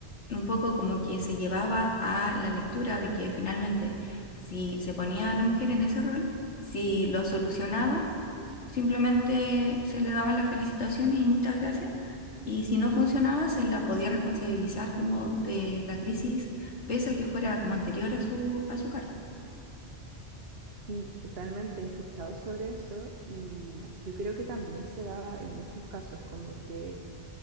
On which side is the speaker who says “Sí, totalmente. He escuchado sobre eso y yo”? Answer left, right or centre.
Right